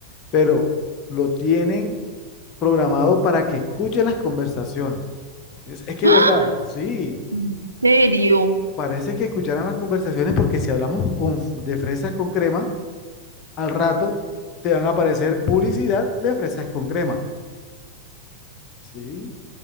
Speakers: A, on the left; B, on the right.
A: pero lo tienen programado para que escuche las conversaciones. Es, es que
B: ¡ah!
A: es verdad, sí,
B: ¿En serio?
A: parece que escucharan las conversaciones porque si hablamos con f- de fresas con crema, al rato te van a aparecer publicidad de fresas con crema. Sí,